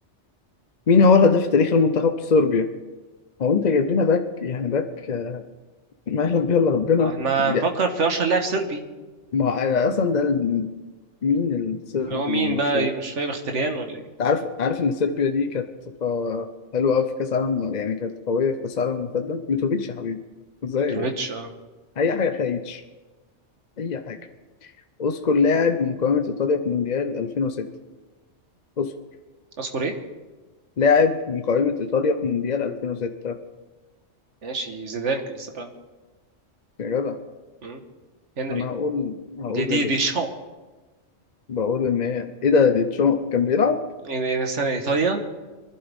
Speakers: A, on the left (about 45°); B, on the right (about 80°).
A: مين هو الهداف التاريخي لمنتخب صربيا هو انت جايب لنا باك يعني باك آه، ما يعلم بيه الا ربنا
B: هو احنا
A: يا-
B: هنفكر في أشهر لاعب صربي
A: ما أنا اصلا ده ال- مين الصربي
B: اللي هو مين
A: المشهور
B: بقى مش فاهم مختريان ولا ايه؟
A: انت عارف عارف ان صربيا دي كانت آه، حلوه قوي في كاس عالم يعني كانت قويه في كاس العالم اللي فات ده ميتروفيتش يا حبيبي ازاي
B: متروفيتش
A: يعني
B: اه
A: اي حاجه خايتش اي حاجه اذكر لاعب من قائمه ايطاليا في مونديال 2006 اذكر
B: اذكر إيه؟
A: لاعب من قائمه ايطاليا في مونديال 2006
B: ماشي زيدان كان لسه بيلعب
A: يا جدع
B: مم. هنري
A: انا هقول هقول
B: دي
A: ريبري
B: دي دي شان
A: بقول ان هي ايه ده دي تشو... كان بيلعب
B: إيه ده- إيه ده سنة ايطاليا